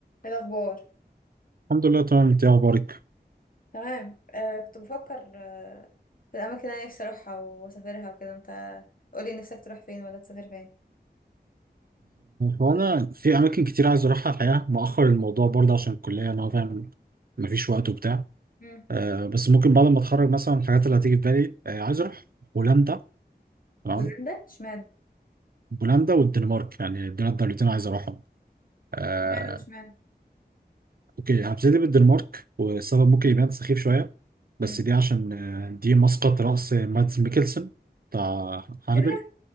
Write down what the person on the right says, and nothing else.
الحمد لله تمام انت ايه اخبارك
هو انا في اماكن كتير عايز اروحها الحقيقه مؤخر الموضوع برضه عشان الكليه انا فاهم مفيش وقت وبتاع
آه بس ممكن بعد ما اتخرج مثلا الحاجات اللي هتيجي في بالي آه عايز اروح هولندا تمام
هولندا والدنمارك يعني دول الدولتين عايز اروحهم آه
اوكي هبتدي بالدنمارك والسبب ممكن يبان سخيف شويه
بس دي عشان آه، دي مسقط رأس مادز ميكلسن بتاع هانبل